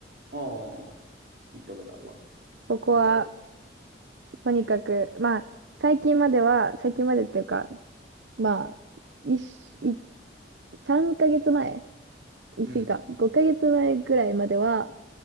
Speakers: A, on the right; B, on the right.
A: ああ、行ったことあるわ。
B: ここは、
A: 行ったことあ
B: とにかく、まあ、最近までは、最近までっていうか、まあ、一し、い、3ヶ月前、言い過ぎか、
A: る。
B: 5ヶ月前ぐらいまでは、